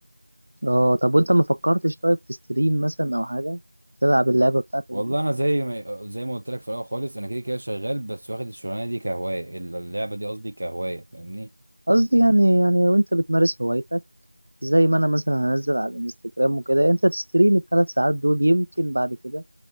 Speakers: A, on the right; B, on the right.
A: اه طب وانت ما فكرتش طيب تستريم مثلا او حاجه تلعب اللعبه بتاعتك
B: والله
A: دي
B: انا زي ما زي ما قلت لك في الاول خالص انا كده كده شغال بس واخد الشغلانه دي كهوايه ال- اللعبه دي قصدي كهوايه فاهمني
A: قصدي يعني يعني وانت بتمارس هوايتك زي ما انا مثلا هنزل على الانستجرام وكده انت تستريم الثلاث ساعات دول يمكن بعد كده